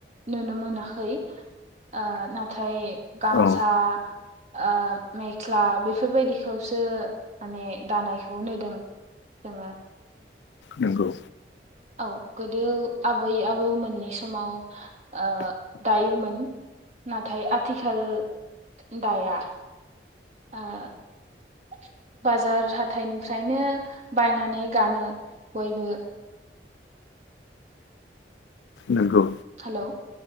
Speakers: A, on the right; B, on the left.
A: नुनो मोनाखै। आ नाथाय गामसा
B: औ
A: आ मेख्ला बेफोरबायदिखौसो माने दानाय खौ नोदों जोङो
B: नंगौ
A: औ गोदो आबै आबौमोननि समाव ओ दायोमोन नाथाय आथिखाल दाया ओ <inaudible> बाजार हाथाइनिफ्रायनो बायनानै गानो बयबो
B: नंगौ
A: हेलौ